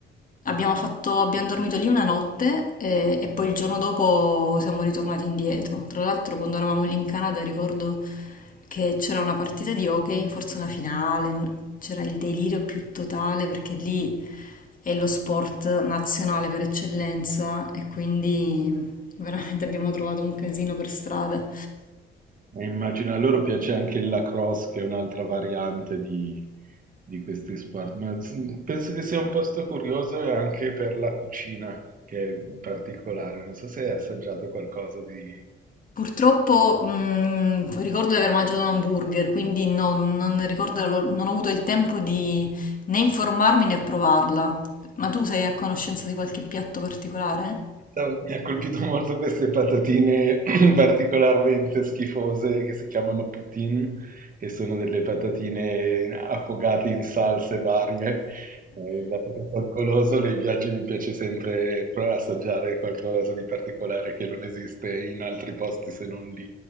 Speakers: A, on the left; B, on the right.
A: Abbiamo fatto, abbiamo dormito lì una notte eh, e, poi il giorno dopo siamo ritornati indietro. Tra l'altro, quando eravamo lì in Canada, ricordo che c'era una partita di hockey, forse una finale, no? c'era il delirio più totale perché lì è lo sport nazionale per eccellenza e quindi veramente abbiamo trovato un casino per strada.
B: E immagino a loro piace anche il lacrosse, che è un'altra variante di, di questi sport, ma s- penso che sia un posto curioso e anche per la cucina, che è particolare. Non so se hai assaggiato qualcosa di,
A: Purtroppo, mh, ricordo di aver mangiato un hamburger, quindi no, non ricordo, l'or- non ho avuto il tempo di né informarmi né provarla. Ma tu sei a conoscenza di qualche piatto particolare?
B: Stavo- Mi ha colpito molto queste patatine <clears throat> particolarmente schifose che si chiamano poutine, che sono delle patatine affogate in salse varie. Eh, dato che sono goloso, nei viaggi mi piace sempre provare a assaggiare qualcosa di particolare che non esiste in altri posti se non lì.